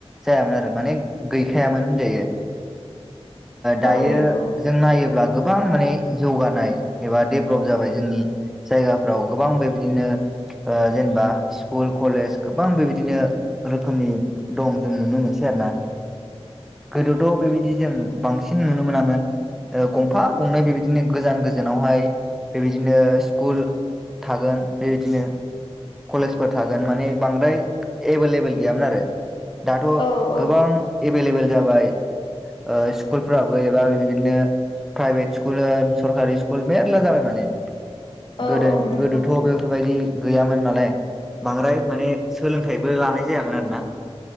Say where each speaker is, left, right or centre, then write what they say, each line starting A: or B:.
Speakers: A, in the centre; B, on the left.
A: जायामोन आरो माने गैखायामोन होनजायो दायो
B: औ नंगौ।
A: जों नायोब्ला गोबां माने जौगानाय एबा डेभ्लप जाबाय जोंनि जायगाफ्राव गोबां बेबायदिनो ओ जेनेबा स्कुल कलेज गोबां बेबायदिनो रोखोमनि दं जों नुनो मोनो मोनसै आरोना गोदोथ' बेबायदि जों बांसिन नुनो मोनामोन ओ गंफा गंनै बेबायदिनो गोजान गोजानावहाय बेबायदिनो स्कुल थागोन बे बिदिनो कलेजफोर थागोन माने बांद्राय एभेलेबोेल गैयामोन आरो दाथ'
B: औ औ
A: गोबां एभेलेबेल जाबाय ओ स्कुलफोराबो एबा बिदिनो प्राइभेट स्कुल होन सरकारि स्कुल मेर्ला जाबाय माने
B: औ
A: गोदो
B: औ नंगौ
A: गोदोथ' बे बायदि गैयामोन नालाय बांद्राय माने सोलोंथाइबो लानाय जायामोन आरोना